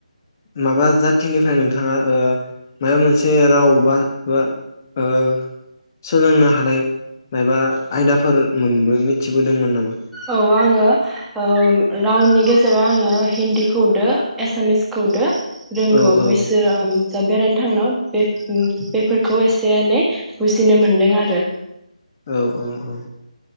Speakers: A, on the left; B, in the centre.
A: माबा जाथिनिफ्राय नोंथाङा ओ माबा मोनसे राव बा बा ओ सोलोंनो हानाय माबा आयदाफोर मोनबो मिथिबोदोंमोन नामा?
B: औ आङो ओ रावनि गेजेराव आङो हिन्दी खौदो एसामिस खौदो रोंगौ
A: औ औ
B: बैसोर ओम जा बेरायनो थांनायाव बे बेफोरखौ एसे एनै बुजिनो मोनदों आरो
A: औ औ औ